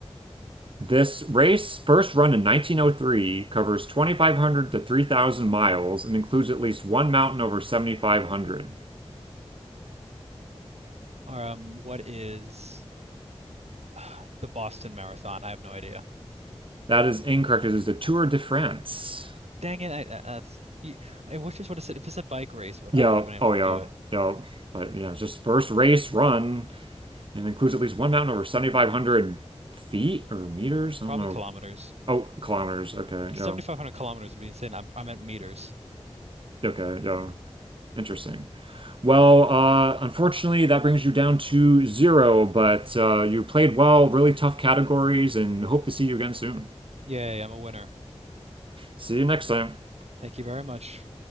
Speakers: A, on the right; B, on the right.
A: This race, first run in 1903, covers 2,500 to 3,000 miles and includes at least one mountain over 7,500.
B: Um, what is <sighs> the Boston Marathon? I have no idea.
A: That is incorrect. It is the Tour de France.
B: Dang it! I, that's you- I wish this would have said if it's a bike race, would
A: Yeah.
B: I would have been able
A: Oh, yeah.
B: to do it?
A: Yeah. But yeah, it's just first race run and includes at least one mountain over 7,500 feet or meters. I
B: Probably
A: don't know.
B: kilometers.
A: Oh, kilometers. Okay.
B: 7,500
A: Yeah.
B: kilometers would be insane. I'm I'm meters.
A: Okay. Yeah. Interesting. Well, uh, unfortunately, that brings you down to zero, but uh, you played well, really tough categories, and hope to see you again soon.
B: Yay! I'm a winner.
A: See you next time.
B: Thank you very much.